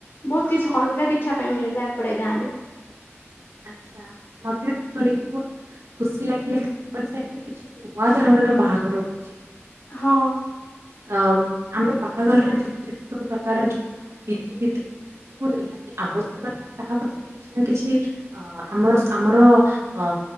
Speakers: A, on the left (about 50°); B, on the right (about 75°).
A: ବହୁତ କିଛି ଅଲଗା ଦେଖିବା ପାଇଁ ମିଳିଲା ଏପଟେ ଗାଁରେ।
B: ଆଚ୍ଛା ମତେ ବି ଶୁଣିକି ବହୁତ ଖୁସି ଲାଗିଲା କି ସେପଟ ସେଠାରେ କିଛି ନୂଆ ଧରଣର ବାହାଘର ହୋଉଛି।
A: ହଁ।
B: ଅ ଆମେ ବାହାଘରରେ ଯେତେ ସବୁ ପ୍ରକାର ଯୋଉ ବିଧି ରୀତି ସବୁ ନିହାତି ଆବଶ୍ୟକ ଥାଏ ତାହା ପଛରେ କିଛି କିଛି ଆମର ଆମର ଅ